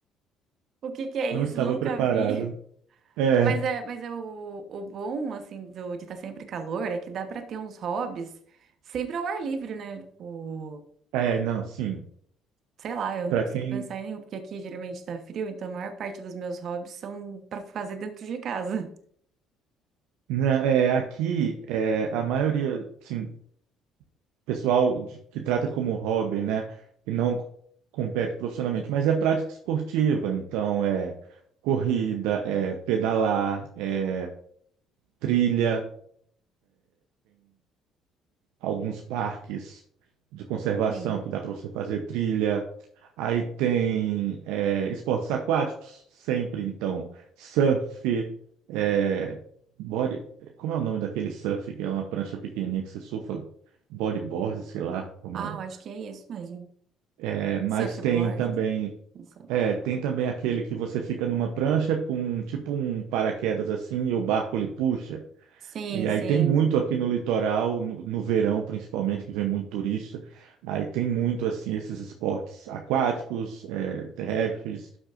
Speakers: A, on the right; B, on the right.
A: O que que é
B: Não
A: isso?
B: estava
A: Nunca
B: preparado.
A: vi. <laughs>
B: É,
A: Mas é, mas é o, o bom, assim, do, de estar sempre calor é que dá pra ter uns hobbies sempre ao ar livre, né? Tipo,
B: é, não, sim.
A: Sei lá, eu não
B: Para
A: consigo
B: quem,
A: pensar em nenhum, porque aqui geralmente tá frio, então a maior parte dos meus hobbies são pra fazer dentro de casa.
B: não, é, aqui é, a maioria, sim, pessoal de- que trata como hobby, né, e não c- compete profissionalmente, mas é prática esportiva. Então é corrida, é pedalar, é trilha, alguns parques de conservação
A: <laughs> Sim.
B: que dá para você fazer trilha. Aí tem é, esportes aquáticos, sempre então, surf, é, body. Como é o nome daquele surf que é uma prancha pequenininha que você surfa? Bodyboard, sei lá como
A: Ah,
B: é. o-
A: eu acho que é isso mesmo.
B: É, mas
A: Surfboard?
B: tem também.
A: Não sei.
B: É, tem também aquele que você fica numa prancha com tipo um paraquedas assim e o barco lhe puxa.
A: Sim,
B: E aí
A: sim.
B: tem muito aqui no litoral, no, no verão principalmente, que vem muito turista. Aí tem muito assim esses esportes aquáticos, é, terrestres,